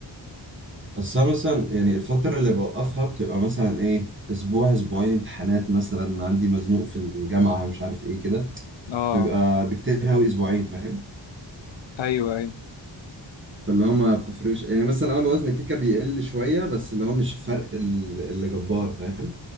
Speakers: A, on the right; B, on the left.
A: بس أنا مثلا يعني الفتره اللي بوقفها بتبقى مثلا ايه اسبوع اسبوعين امتحانات مثلا عندي مزنوق في الجامعه مش عارف ايه كده
B: اه
A: بيبقى بكتير قوي اسبوعين فاهم
B: ايوه ايوه
A: فاللي هو ما بتفرقش يعني مثلا اول وزن الكيكه بيقل شويه بس اللي هو مش فرق ال- اللي جبار فاهم